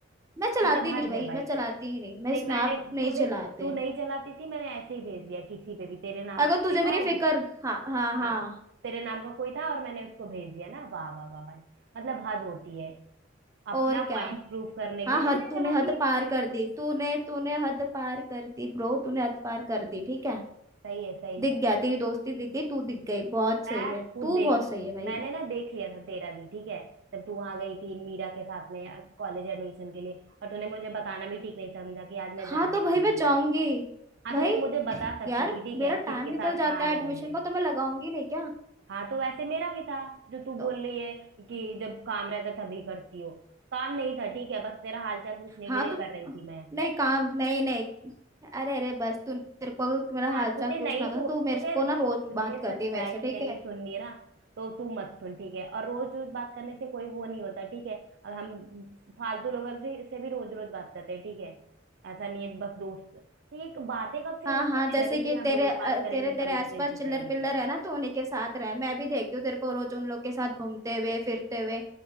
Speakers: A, on the right; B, on the right.
A: मैं चलाती
B: मतलब
A: नहीं
B: हद
A: भाई
B: है भाई
A: मैं चलाती ही नहीं मैं
B: नहीं
A: स्नैप
B: मैंने
A: नहीं
B: तूने
A: चलाते
B: तू नहीं चलाती थी मैंने ऐसे ही भेज दिया किसी पे भी तेरे नाम
A: अगर
B: का कोई
A: तुझे मेरी
B: था
A: फिक्र
B: वो
A: हाँ हाँ हाँ
B: हाँ तेरे नाम का कोई था और मैंने उसको भेज दिया ना वाह वाह वाह भाई मतलब हद होती है अपना
A: और क्या
B: पॉइंट प्रूफ करने
A: हाँ
B: के लिए
A: हद
B: मैं
A: तूने
B: चलाती
A: हद
B: ही
A: पार
B: नहीं
A: कर दी तूने तूने हद पार कर दी ब्रो तूने हद पार कर दी ठीक है
B: सही है सही
A: दिख
B: है
A: गया तेरी दोस्ती दिख गई तू दिख गई बहुत सही
B: मैं
A: है
B: खुद
A: तू
B: देख
A: बहुत सही है भाई
B: मैंने ना देख लिया था तेरा भी ठीक है जब तू वहां गई थी मीरा के साथ में कॉलेज एडमिशन के लिए और तूने मुझे बताना भी ठीक नहीं समझा कि आज
A: हाँ
B: मैं जाने
A: तो भाई
B: वाली
A: मैं
B: हूँ
A: जाऊंगी
B: हाँ
A: भाई
B: तो तू मुझे बता
A: <laughs>
B: सकती
A: यार
B: थी ठीक
A: मेरा
B: है
A: टाइम
B: किसके
A: निकल
B: साथ
A: जाता
B: कहाँ
A: है
B: जा
A: एडमिशन
B: रही है
A: का तो मैं लगाऊंगी नहीं क्या
B: हाँ तो वैसे मेरा भी था जो तू
A: तो
B: बोल रही है कि जब काम रहता तभी करती हो काम नहीं था ठीक है बस तेरा हालचाल पूछने
A: हाँ
B: के लिए
A: तो
B: कर रही थी मैं
A: नहीं काम नहीं नहीं अरे अरे बस तू तेरे को अगर मेरा
B: हाँ
A: हालचाल
B: तुझे
A: पूछना
B: नहीं
A: था
B: सुन
A: ना, तो मेरे
B: तुझे
A: को ना रोज
B: तुझे
A: बात करती
B: सच्चाई
A: है मेरे से ठीक
B: नहीं
A: है
B: सुननी है ना तो तू मत सुन ठीक है और रोज रोज बात करने से कोई वो नहीं होता ठीक है और हम फालतू लोगों से, से भी रोज रोज बात करते हैं ठीक है ऐसा नहीं है बस दोस्त तो ये बातें कब से
A: हाँ
B: वो बोलने
A: हाँ जैसे
B: लगे
A: कि
B: कि हम
A: तेरे
B: रोज
A: अ,
B: बात करेंगे
A: तेरे तेरे
B: तभी
A: आसपास
B: फ्रेंडशिप
A: चिल्लर
B: रहेगी
A: पिल्लर है ना तो उन्हीं के साथ रहे मैं भी देखती हूँ तेरे को रोज उन लोग के साथ घूमते हुए फिरते हुए